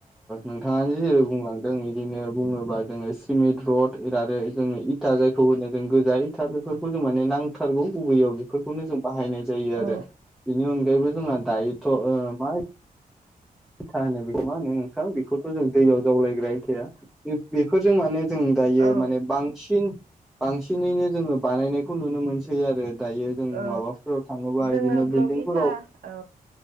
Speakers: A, in the centre; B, on the right.
A: नोंथाङानो जेरै बुंलां जों बिदिनो बुङोबा जोङो सिमेन्ट रड आरो आरो जोङो इथा जायखौ होनो जों गोजाय खौ जों माने नांथारगौ बबैयाव खौनो जों बाहायनाय जायो आरो
B: औ
A: बेनि अनायैबो जोंहा दायोथ' मा था होनो बेखौ मा होनो नोंथां बेखौथ' जों दैयाव जावलायग्राय थाया बेफोरजों माने जों दायो
B: औ
A: माने बांसिन बांसिनैनो जोङो बानायनायखौ नुनो मोनसै आरो दायो जों
B: औ
A: माबाफोराव थाङोबा
B: जोङो
A: इदिनो
B: ब्लक
A: बिल्दिंफोराव
B: इथा औ